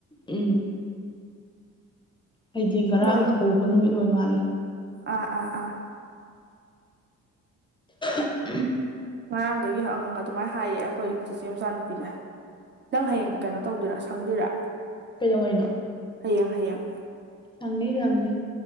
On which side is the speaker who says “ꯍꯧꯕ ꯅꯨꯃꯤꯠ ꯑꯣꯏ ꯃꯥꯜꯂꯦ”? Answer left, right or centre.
Left